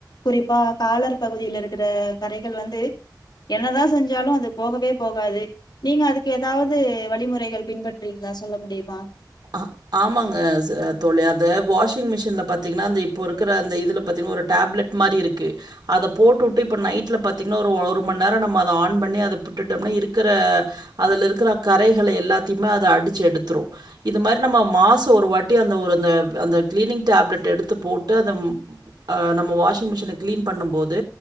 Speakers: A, on the left; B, on the right.
A: குறிப்பா காலர் பகுதியில இருக்குற கரைகள் வந்து என்னதா செஞ்சாலும் அது போகவே போகாது நீங்க அதுக்கு ஏதாவது வழிமுறைகள் பின்பற்றுறீங்களா சொல்ல முடியுமா
B: ஆ ஆமாங்க தோழி அது வாஷிங் மிஷின்ல பத் பாத்தீங்ன்னா இப்போ இருக்கற அந்த இது இதுல பாத்தீங்னா ஒரு டேப்லட் மாரி இருக்கு அத போட்டுட்டு நைட்ல பாத்தீங்ன்னா ஒரு ஒரு மணி நேரோ நம்ம ஆன் பண்ணி அத விட்டுட்டோம்னா இருக்கற அதுல இருக்கற கரைகள் எல்லாத்தையுமு அடிச்சு எடுத்துடு இது மாரி நம்ம மாசோ ஒரு வாட்டி அந்த அந்த கிளீனிங் டேப்லெட் எடுத்து போட்டு அத அ நம்ம வாஷிங் மிஷின கிளின் பண்ணும் போது